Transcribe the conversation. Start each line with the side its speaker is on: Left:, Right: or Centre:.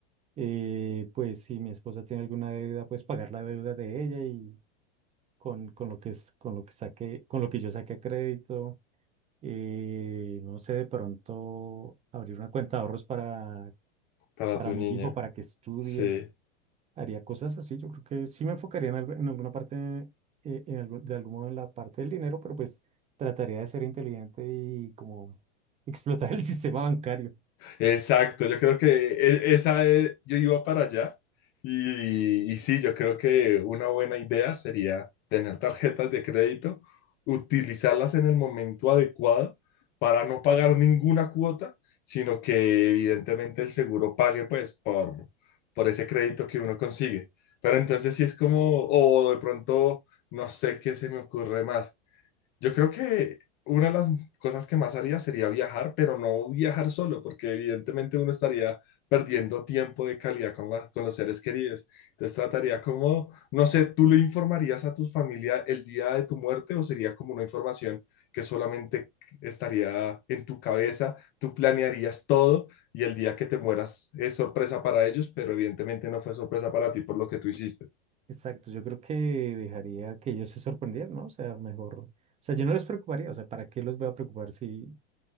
Right: Eh, pues si mi esposa tiene alguna deuda, pues pagar la deuda de ella y con, con lo que es, con lo que saque, con lo que yo saque a crédito. eh, no sé, de pronto abrir una cuenta de ahorros para,
Left: para
Right: para
Left: tu
Right: mi
Left: niña.
Right: hijo, para que estudie.
Left: Sí.
Right: Haría cosas así. Yo creo que sí me enfocaría en, algo- en alguna parte, eh, en algún- de algún modo en la parte del dinero, pero pues trataría de ser inteligente y como explotar el <laughs> sistema bancario.
Left: Exacto, yo creo que e- esa es- yo iba para allá y, y sí, yo creo que una buena idea sería tener tarjetas de crédito, utilizarlas en el momento adecuado para no pagar ninguna cuota, sino que evidentemente el seguro pague pues por, por ese crédito que uno consigue. Pero entonces sí es como, o de pronto, no sé qué se me ocurre más. Yo creo que una de las cosas que más haría sería viajar, pero no viajar solo, porque evidentemente uno estaría perdiendo tiempo de calidad con, las- con los seres queridos. Entonces trataría como, no sé, ¿tú le informarías a tu familia el día de tu muerte o sería como una información que solamente estaría en tu cabeza? Tú planearías todo y el día que te mueras es sorpresa para ellos, pero evidentemente no fue sorpresa para ti por lo que tú hiciste.
Right: Exacto, yo creo que dejaría que ellos se sorprendieran, ¿no? O sea, mejor. O sea, yo no les preocuparía, o sea, ¿para qué los voy a preocupar si